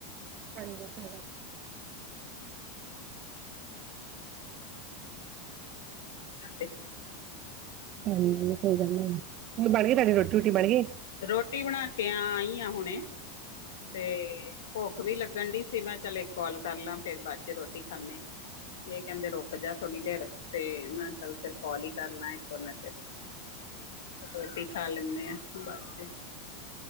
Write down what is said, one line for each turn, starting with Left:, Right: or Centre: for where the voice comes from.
Right: ਹਾਂਜੀ <inaudible> <inaudible>
Left: ਹੈ
Right: ਹਾਂਜੀ ਸਈ ਗੱਲ ਏ ਹੁਣ ਬਣੀ ਤੁਹਾਡੀ ਰੋਟੀ, ਰੂਟੀ ਬਣੀ
Left: ਰੋਟੀ ਬਣਾ ਕੇ ਆ ਆਈ ਆ ਹੁਣੇ ਤੇ ਭੁੱਖ ਵੀ ਲੱਗਣ ਡਈ ਸੀ, ਮੈਂ ਚੱਲ ਇੱਕ ਕਾਲ ਕਰ ਲਾਂ ਫੇਰ ਬਾਦ ਰੋਟੀ ਖਾਨੇ, ਐ ਕਹਿੰਦੇ ਰੁਕ ਜਾ ਥੋੜੀ ਦੇਰ ਤੇ ਮੈਂ ਚੱਲ ਫਿਰ ਕੋਲ ਹੀ ਕਰਨਾ ਏ ਕੋਲਾਂ ਚ ਰੋਟੀ ਖਾਂ ਲੈਂਨੇ ਆ ਬਸ,